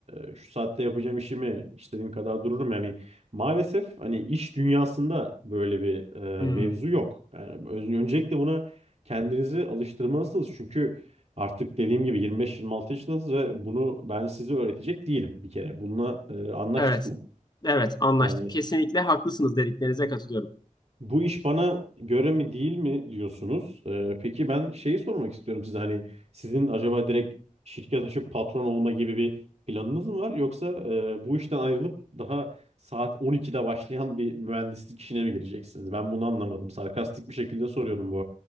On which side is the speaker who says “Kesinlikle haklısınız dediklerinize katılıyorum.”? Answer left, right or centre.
Left